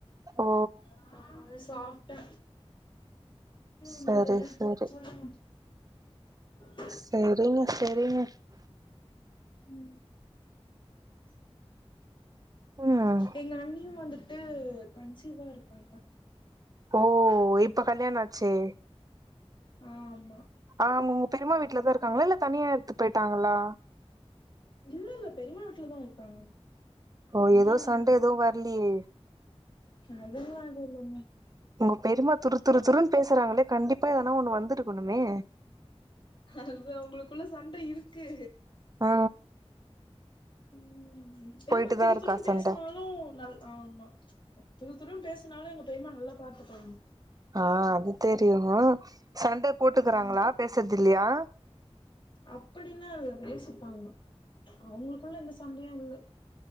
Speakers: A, on the right; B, on the left.
A: ஓ
B: அ ஆ அத சாப்பிட்டே
A: சரி
B: ம் இருங்க
A: சரி
B: சொல்லுங்க <inaudible>
A: சேரிங்க சேரிங்க
B: ம்
A: ம்
B: எங்க அண்ணியு வந்துட்டு கன்சீவா இருக்காங்க
A: ஓ இப்ப கல்யாண ஆச்சே
B: ஆமா
A: ஆங் உங்க பெரிமா வீட்டுலதா இருக்காங்களா இல்ல தனியா எடுத்து போயிட்டாங்களா
B: இல்ல இல்ல பெரிமா வீட்டுலதா இருக்காங்க
A: ஓ
B: தனியாலா
A: ஏதோ சண்ட
B: போல
A: ஏதுவு வர்லியே
B: அதெல்லா எதுவு இல்லீங்க
A: உங்க பெரிமா துரு துரு துருன்னு பேசுறாங்களே கண்டிப்பா எதுனா ஒண்ணு வந்திருக்கணுமே
B: அது அவங்களுக்குள்ள சண்ட இருக்கு
A: ஆ
B: ம் பெரிமா
A: போயிட்டுதா
B: துரு
A: இருக்கா
B: துருனு
A: சண்ட
B: பேசினாலு நல் ஆமா துரு துருனு பேசுனாலு எங்க பெரிமா நல்லா பாத்துப்பாங்க
A: ஆ அது தெரியு சண்ட போட்டுக்குறாங்களா
B: ம்
A: பேசுறது இல்லையா
B: அப்படிலா இல்ல பேசிப்பாங்க அவங்களுக்குள்ள எந்த சண்டையு இல்ல